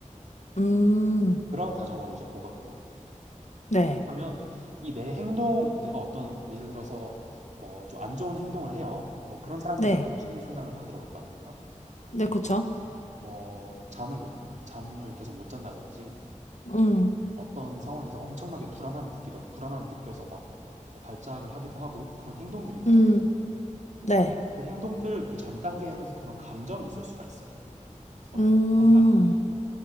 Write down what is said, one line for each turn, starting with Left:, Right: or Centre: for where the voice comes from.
Left: 음,
Right: 그런 과정으로 이제 보거든요.
Left: 네,
Right: 그렇다면 이 내 행동, 내가 어떤 예를 들어서 뭐 좀 안 좋은 행동을 해요. 뭐 그런 사람들이
Left: 네,
Right: 보통 심리 상담을 받으러 올 거 아니에요.
Left: 네, 그쵸?
Right: 어, 뭐 잠을 못 잠을 계속 못 잔다든지
Left: 음,
Right: 어떤 상황에서 엄청나게 불안함을 느끼던 불안함을 느껴서 막뭐 발작을 하기도 하고 그런 행동들이 있잖아요.
Left: 음, 네,
Right: 그 행동들 그 전 단계에는 그런 감정이 있을 수가 있어요. 어떤
Left: 음,
Right: 불안감이라든지